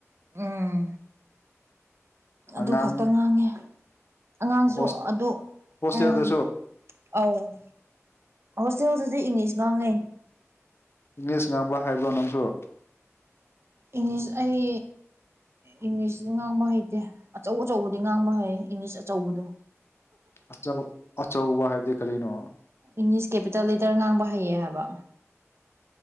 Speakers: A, on the right (about 55°); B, on the left (about 50°).
A: ꯎꯝ ꯑꯗꯨ
B: ꯑꯉꯥꯡ
A: ꯈꯛꯇ ꯉꯥꯡꯉꯦ꯫ ꯑꯉꯥꯡꯁꯨ
B: ꯍꯣꯁꯇꯦꯜ
A: ꯑꯗꯨ
B: ꯍꯣꯁꯇꯦꯜꯗꯁꯨ
A: ꯎꯝ ꯑꯧ ꯍꯣꯇꯦꯜ ꯗꯥꯖꯨ ꯏꯪꯂꯤꯁ ꯉꯥꯡꯉꯦ
B: ꯏꯪꯂꯤꯁ ꯉꯥꯡꯕ ꯍꯩ ꯕꯔ꯭ ꯅꯪꯁꯨ?
A: ꯏꯪꯂꯤꯁ ꯑꯩ ꯏꯪꯂꯤꯁ ꯉꯥꯡꯕ ꯍꯩꯇꯦ ꯑꯆꯧ ꯑꯆꯧꯕꯗꯤ ꯉꯥꯡꯕ ꯍꯩ ꯏꯪꯂꯤꯁ ꯑꯆꯧꯕꯗꯣ
B: ꯑꯆꯧ ꯑꯆꯧꯕ ꯍꯥꯏꯕꯗꯤ ꯀꯔꯤꯅꯣ?
A: ꯏꯪꯂꯤꯁ ꯀꯦꯄꯤꯇꯦꯜ ꯂꯦꯇꯔ ꯉꯥꯡꯕ ꯍꯩꯌꯦ ꯍꯥꯏꯕ